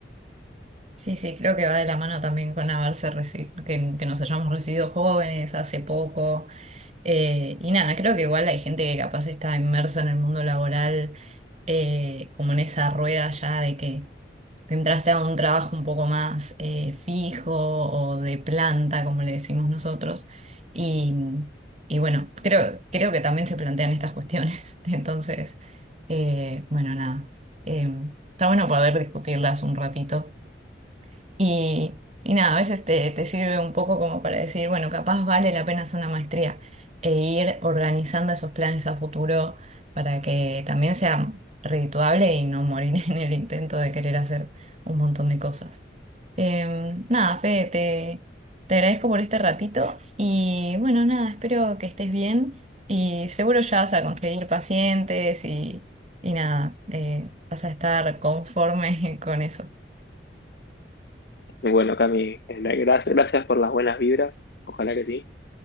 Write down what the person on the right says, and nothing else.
Sí, sí, creo que va de la mano también con haberse reci- que, que nos hayamos recibido jóvenes hace poco. eh, y nada, creo que igual hay gente que capaz está inmersa en el mundo laboral, eh, como en esa rueda ya de que entraste a un trabajo un poco más eh, fijo o de planta, como le decimos nosotros. Y, y bueno, creo, creo que también se plantean estas cuestiones. <laughs> Entonces, eh, bueno, nada. Eh, está bueno poder discutirlas un ratito. Y, y nada, a veces te, te sirve un poco como para decir, bueno, capaz vale la pena hacer una maestría e ir organizando esos planes a futuro para que también sea redituable y no morir <laughs> en el intento de querer hacer un montón de cosas. Em, nada, Fede, te, te agradezco por este ratito y bueno, nada, espero que estés bien y seguro ya vas a conseguir pacientes y, y nada, eh, vas a estar conforme <laughs> con eso.